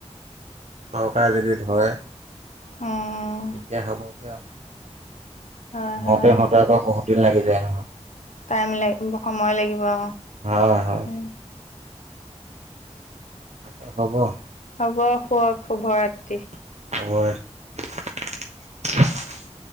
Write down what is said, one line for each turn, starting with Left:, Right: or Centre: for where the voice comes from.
Right: চৰকাৰে যদি ধৰে
Left: উম।
Right: তেতিয়া হ'বগে আৰু।
Left: হয়,
Right: হওঁতে
Left: হয়।
Right: হওঁতে আকৌ বহুত দিন লাগি যায় নহয়।
Left: টাইম লাগ সময় লাগিব আৰু
Right: হয় হয়
Left: উম।
Right: তাকে হ'ব,
Left: হ'ব শুক শুভ ৰাতি।
Right: <unintelligible>